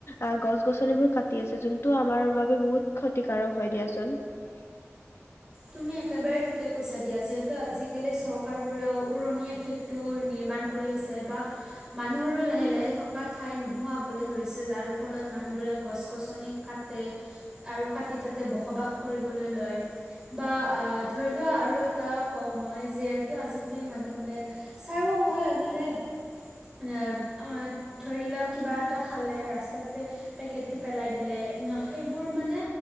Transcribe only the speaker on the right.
তুমি একেবাৰে ঠিকে কৈছা দিয়া যিহেতু আজিকালি চৰ কাৰ বোৰেও উৰণীয়া সেঁতুৰ নিৰ্মাণ কৰি আছে বা মানুহৰোঁ লাহে-লাহে থক থকা ঠাই নোহাৱা হবলৈ ধৰিছে যাৰ ফলত মানুহবোলে গছ গছনি কাটে আৰু কাটি তাতে বসবাস কৰিবলৈ লয় বা অ, ধৰি লোৱা আৰু এটা কওঁ মই যিহেতু আজি <unintelligible> মানুহ বোলে ছাৰো হয় মানে <unintelligible> অ, ধৰি লও কিবা এটা খালে ৰাস্তাতে পেকেটটো পেলাই দিলে ন' সেইবোৰ মানে